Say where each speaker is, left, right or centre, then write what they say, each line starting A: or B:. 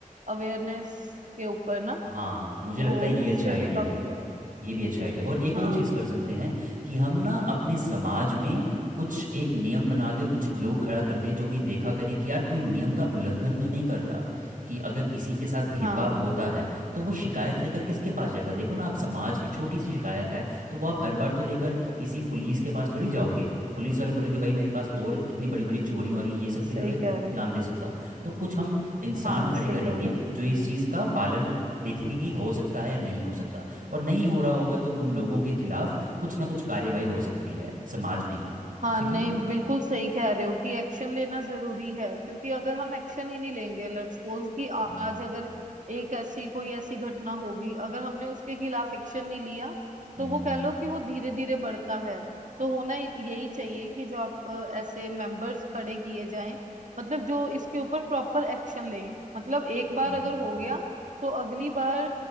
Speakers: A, on the right; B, on the right.
A: अवेयरनेस के ऊपर ना
B: हाँ मुझे
A: तो
B: लगता है ये
A: उससे
B: अच्छा आइडिया
A: भी काफी
B: है ये भी अच्छा आइडिया और एक
A: हाँ
B: और चीज़ कर सकते हैं कि हम ना अपने समाज में कुछ एक नियम बना दें और कुछ लोग खड़ा कर दें जो कि देखा करें कि यार कोई नियम का उल्लंघन तो नहीं कर रहा कि अगर किसी के साथ भेदभाव
A: हाँ
B: होता है तो वो शिकायत लेकर किसके पास जाएगा देखो ना आप समाज की छोटी सी शिकायत है तो वो आप हर बार तो लेकर किसी पुलिस के पास थोड़ी जाओगे पुलिस वाले बोलेंगे भाई मेरे पास और इतनी बड़ी बड़ी चोरियां हो रही हैं, ये सब
A: सही
B: के थोड़े
A: कह रहे
B: ध्यान
A: हो
B: दे सकता हूँ तो कुछ हम इंसान
A: हाँ
B: खड़े
A: सही
B: करेंगे
A: कह रहे हो
B: जो इस चीज़ का पालन देखेंगे कि हो सकता है या नहीं हो सकता और नहीं हो रहा होगा तो उन लोगों के खिलाफ कुछ ना कुछ कार्रवाई हो सकती है समाज में ही
A: हाँ
B: ठीक
A: नहीं
B: है ना
A: बिल्कुल सही कह रहे हो कि एक्शन लेना जरूरी है क्योंकि अगर हम एक्शन ही नहीं लेंगे लेट्स सपोज कि
B: हम्म
A: आज अगर एक ऐसी कोई ऐसी घटना होगी अगर हमने उसके खिलाफ एक्शन नहीं लिया
B: हम्म
A: तो वो कह
B: हम्म,
A: लो कि वो धीरे धीरे बढ़ता है तो होना यही चाहिए कि जो आप अ, ऐसे मेंबर्स खड़े किए जाएं मतलब जो इसके ऊपर प्रॉपर एक्शन लें मतलब एक बार
B: हम्म।
A: अगर हो गया तो अगली बार